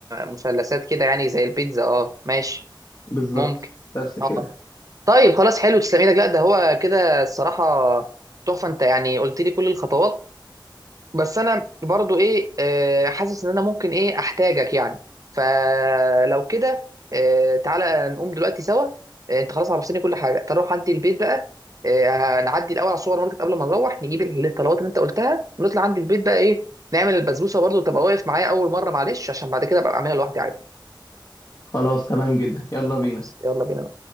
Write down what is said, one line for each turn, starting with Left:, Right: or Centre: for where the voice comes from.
Right: مثلثات كده يعني زي البيتزا اه ماشي
Left: بالظبط
Right: ممكن
Left: بس كده
Right: اه طيب خلاص حلو تسلم ايدك لا ده هو كده الصراحة تحفة انت يعني قلت لي كل الخطوات بس انا برضو ايه آه، حاسس ان انا ممكن ايه احتاجك يعني فلو كده آه، تعالى نقوم دلوقتي سوا آه، انت خلاص عرفتني كل حاجه تروح عندي البيت بقى آه، هنعدي الاول على السوبر ماركت قبل ما نروح نجيب الطلبات اللي انت قلتها ونطلع عندي البيت بقى ايه نعمل البسبوسه برضو تبقى واقف معايا اول مره معلش عشان بعد كده ابقى اعملها لوحدي عادي
Left: خلاص تمام جدا يلا بينا
Right: خلاص يلا بينا